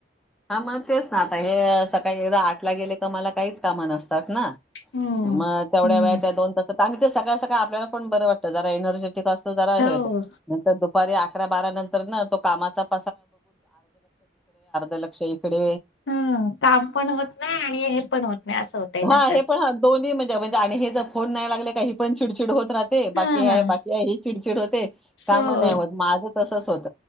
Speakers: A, in the centre; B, on the left (about 80°).
A: हा मग तेच ना आता हे सकाळी एकदा आठला गेले का मला काहीच कामं नसतात ना-
B: हम्म
A: मग तेवढ्या
B: हम्म.
A: वेळात म दोन तास- आणि ते सकाळ सकाळ आपल्याला पण बरं वाटतं जरा एनर्जेटिक असत- जरा हे
B: हो
A: होत नंतर दुपारी- दुपारी अकरा बारा नंतर ना तो कामाचा - अ इकडे
B: ह काम पण होत नाही आणि हे पण होत नाही असं होतंय नंतर.
A: हा हे पण ह दोन्ही म्हणजे म्हणजे आणि हेच- होन नाही लागले काही पण चिडचिड होत- ते बाकी
B: हा
A: ह बाकी आहे चिड- हो ते- काम
B: हो
A: नाही होत माझं- तसच होत